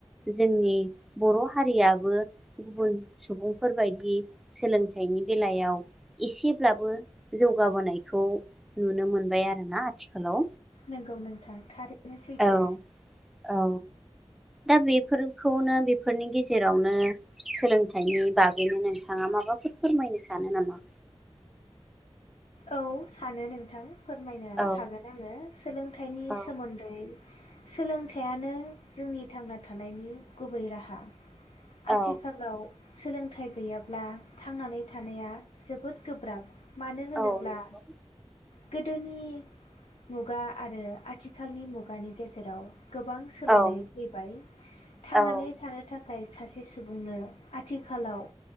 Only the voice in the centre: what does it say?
जोंनि बर' हारियाबो गुबुन सुबुंफोरबायायदि सोलोंथाइनि बेलायाव एसेब्लाबो जौगाबोनायखौ नुनो मोनबाय आरोना आथिखालाव?
औ औ दा बेफोरखौनो बेफोरनि गेजेरावनो सोलोंथाइनि बागैनो नोंथाङा माबाफोर फोरमायनो सानो नामा?
औ
औ
औ
औ नंगौ
औ
औ